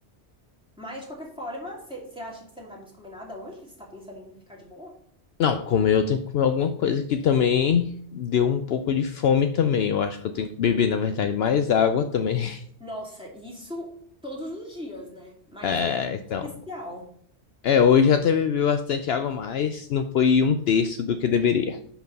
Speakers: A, in the centre; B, on the left.
A: mas, de qualquer forma, você você acha que você não vai mais comer nada hoje? Você tá pensando em ficar de boa?
B: Não, comer eu tenho que comer alguma coisa que também deu um pouco de fome também. Eu acho que eu tenho que beber, na verdade, mais água também. <laughs>
A: Nossa, isso todos os dias, né? Mas
B: É,
A: hoje,
B: então.
A: é Especial.
B: É, hoje até bebi bastante água, mas não foi um terço do que deveria.